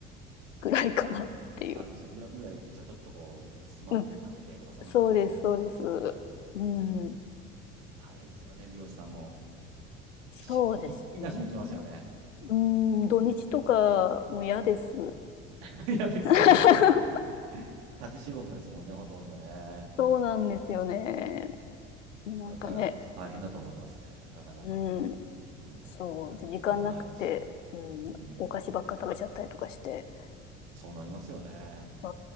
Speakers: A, on the left (about 85°); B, on the right (about 70°).
A: ぐらいかなっていう。
B: あれですよ、裏、裏行ってちょ、ちょっとこう、つまんで食べてとか、
A: うん
B: そんな感じですか。
A: そうです、そうです。
B: ですよね。
A: うん、
B: 大変ですよね、美容師さんも。
A: そうですね。
B: ひひっきりなしに来ますよね。
A: うん、土日とかも嫌です。
B: <laughs> 嫌です。
A: <laughs>
B: <laughs> 立ち仕事ですもんね、ほとんどね。
A: そうなんですよね。なんかね、
B: だから、大変だと思いますね。なかなか、
A: うん、
B: うん、
A: そう、
B: ランチ時間もないですし。
A: 時間なくて、うん、
B: うん、
A: お菓子ばっか食べちゃったりとかして。
B: そうなりますよね。
A: あ